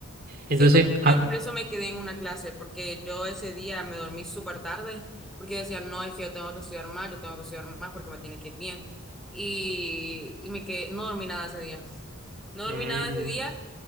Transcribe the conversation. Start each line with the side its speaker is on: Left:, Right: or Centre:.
Right: Entonces,
Centre: Siento que también
Right: a-
Centre: por eso me quedé en una clase, porque yo ese día me dormí súper tarde, porque yo decía, no, es que yo tengo que estudiar más, yo tengo que estudiar más porque me tiene que ir bien. Y, y me quedé, no dormí nada ese día. No dormí
Right: Mm,
Centre: nada ese día